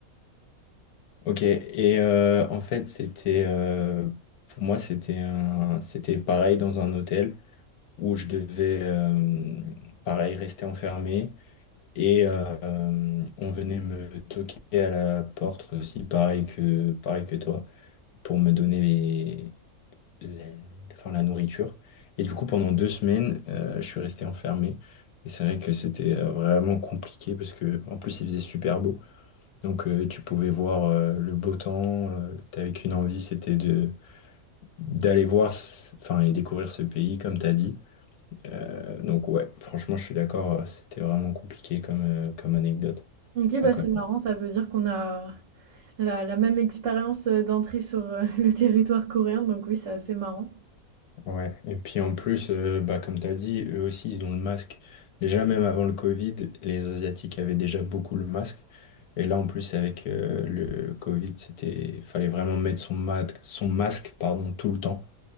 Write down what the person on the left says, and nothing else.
Ok, et euh, en fait, c'était euh, pour moi, c'était un, c'était pareil dans un hôtel où je devais, euh, pareil, rester enfermé. Et euh, on venait me toquer à la porte aussi, pareil que, pareil que toi, pour me donner les, les- enfin, la nourriture. Et du coup, pendant deux semaines, euh, je suis resté enfermé. Et c'est vrai que c'était euh, vraiment compliqué parce que en plus, il faisait super beau. Donc, euh, tu pouvais voir euh, le beau temps. euh, t'avais qu'une envie, c'était de d'aller voir, ce- enfin, et découvrir ce pays, comme t'as dit. Euh, donc, ouais, franchement, je suis d'accord. euh, C'était vraiment compliqué comme, euh, comme anecdote.
Enfin,
comme
Ouais, et puis en plus, euh, bah, comme tu as dit, eux aussi, ils ont le masque. Déjà, même avant le Covid, les Asiatiques avaient déjà beaucoup le masque. Et là, en plus, avec euh, le Covid, c'était, fallait vraiment mettre son masque, son masque, pardon, tout le temps.